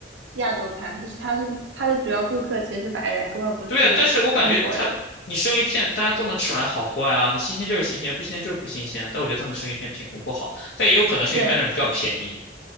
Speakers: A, on the right; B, on the left.
A: 亚洲餐，就是它是它的主要顾客其实是白人，根本不是中国人。
B: 对呀，但是我感觉它，你生鱼片大家都能吃出来好坏啊，你新鲜就是新鲜，不新鲜就是不新鲜。但我觉得他们生鱼片品控不好，但也有可能是因为买点比较便宜。
A: 对，